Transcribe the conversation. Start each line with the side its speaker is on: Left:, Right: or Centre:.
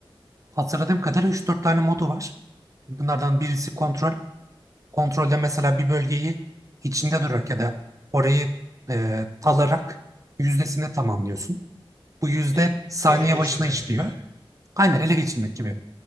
Right: Hatırladığım kadarıyla 3-4 tane modu var. Bunlardan birisi kontrol, kontrolde mesela bir bölgeyi içinde durarak ya da orayı e, talarak yüzdesini tamamlıyorsun. Bu yüzde
Left: E,
Right: saniye
Left: ele geçirmek
Right: başına işliyor.
Left: gibi.
Right: Aynen ele geçirmek gibi.